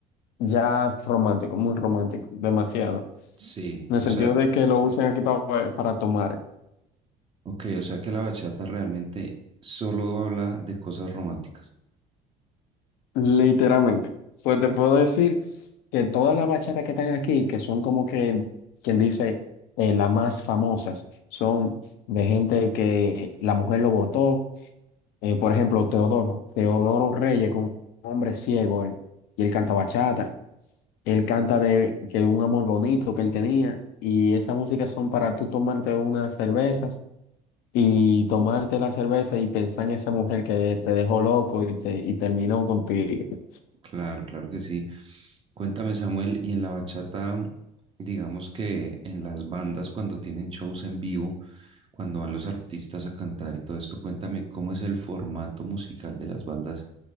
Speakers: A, on the left; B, on the right.
A: Ya es romántico, muy romántico, demasiado.
B: Sí,
A: En el
B: o
A: sentido
B: sea,
A: de que lo usan aquí pa- para tomar,
B: ok, o sea que la bachata realmente solo habla de cosas románticas.
A: literalmente. Pues te puedo decir que todas las bachatas que están aquí, que son como que, quien dice, eh, las más famosas, son de gente que la mujer lo votó. Eh, por ejemplo, Teodoro, Teodoro Reyes, con un hombre ciego, él, y él canta bachata. Él canta de que un amor bonito que él tenía, y esas músicas son para tú tomarte unas cervezas y tomarte la cerveza y pensar en esa mujer que te dejó loco y, te, y terminó contigo.
B: Claro, claro que sí. Cuéntame, Samuel, y en la bachata, digamos que en las bandas, cuando tienen shows en vivo, cuando van los artistas a cantar y todo esto, cuéntame cómo es el formato musical de las bandas